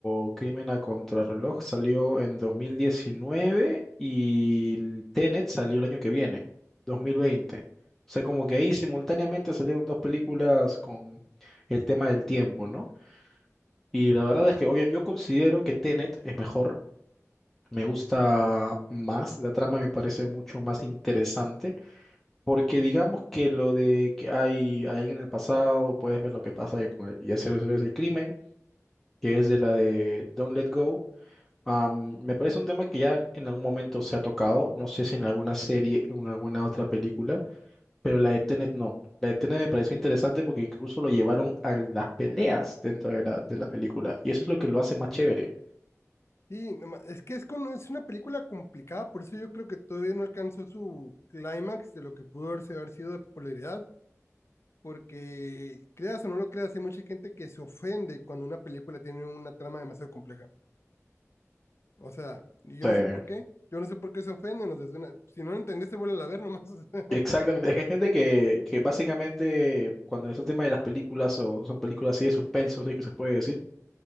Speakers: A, in the centre; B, on the left (about 55°).
A: o Crimen a Contrarreloj salió en 2019 y el Tenet salió el año que viene, 2020. O sea, como que ahí simultáneamente salieron dos películas con el tema del tiempo, ¿no? Y la verdad es que, oye, yo considero que Tenet es mejor, me gusta más, la trama me parece mucho más interesante Porque digamos que lo de que hay, hay alguien en el pasado, puedes ver lo que pasa y, con el- y hacer eso es el crimen, que es de la de Don't Let Go. am, me parece un tema que ya en algún momento se ha tocado, no sé si en alguna serie o en alguna otra película, pero la de Tenet no. La de Tenet me pareció interesante porque incluso lo llevaron a las peleas dentro de la, de la película y eso es lo que lo hace más chévere.
B: Sí, no ma- es que es, con- es una película complicada, por eso yo creo que todavía no alcanzó su clímax de lo que pudo haberse, haber sido de popularidad, porque creas o no lo creas, hay mucha gente que se ofende cuando una película tiene una trama demasiado compleja. O sea, y yo
A: Sí.
B: no sé por qué, yo no sé por qué se ofenden, o sea, es una- si no lo entendiste, vuelve a ver nomás. <laughs> o sea,
A: Exactamente, es que hay gente que, que básicamente cuando es el tema de las películas o son películas así de suspenso, si es que se puede decir,